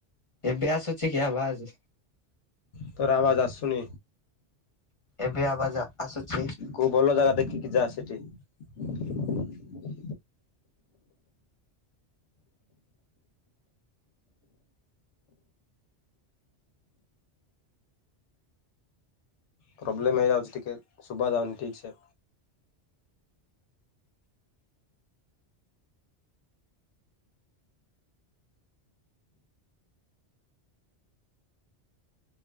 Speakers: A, on the left; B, on the left.
A: ଏବେ ଆସ ଅଛି କି ଆବାଜ।
B: ତୋର ଆବାଜ ଆସୁନି।
A: ଏବେ ଆବାଜ ଆସୁଛି
B: କୋଉ ଭଲ ଜାଗା ଦେଖିକି ଯା ସ୍ ଟି <inaudible> ପ୍ରୋବ୍ଲେମ୍ ହେଇଯାଉଛି ଟିକେ ଶୁଭାଯାଉନି ଠିକଛେ